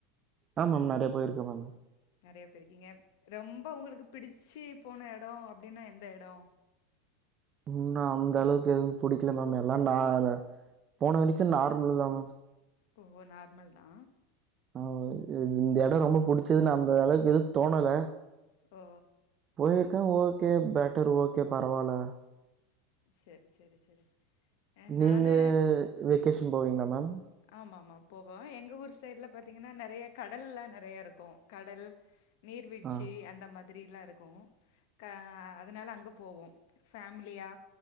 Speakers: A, on the right; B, on the left.
A: ஆ மேம் நெறையா போயிருக்கே மேம்
B: நெறைய போய்ருக்கீங்க ரொம்ப உங்களுக்கு பிடிச்சு போன எடோ அப்படின்னா எந்த எடோ
A: இன்னு அந்த அளவுக்கு எதுவு புடிக்கல மேம் எல்லா நா போனவனைக்கு நார்மலு தா மேம்
B: ஓ நார்மல் தா
A: ஆ இந்த எடோ ரொம்ப பிடிச்சிதுன்னு அந்த அளவுக்கு எதுவு தோணல
B: ஓ
A: போயிருக்கே ஓகே பெட்டர் ஓகே பரவால்ல
B: செரி செரி செரி
A: நீங்க
B: நானு
A: வெக்கேஷன் போவீங்ளா மேம்
B: ஆமமா போவோ எங்க ஊர் சைட்ல பாத்தீங்கன்னா நெறைய கடல்லா நெறைய இருக்கு கடல் நீர்வீழ்ச்சி
A: ஆ
B: அந்த மா ரிலா இருக்கு க அதனால அங்க போவோ ஃபேமிலியா